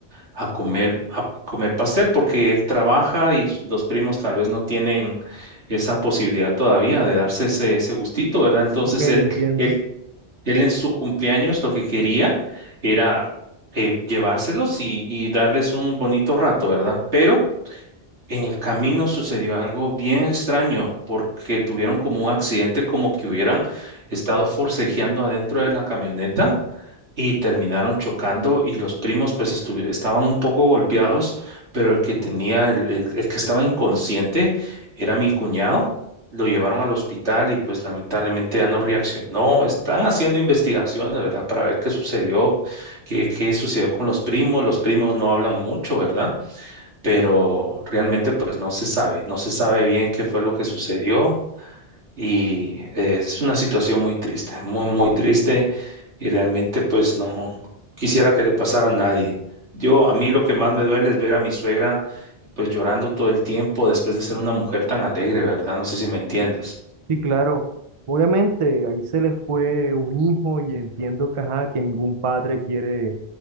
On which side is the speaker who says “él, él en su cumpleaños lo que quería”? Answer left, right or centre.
Right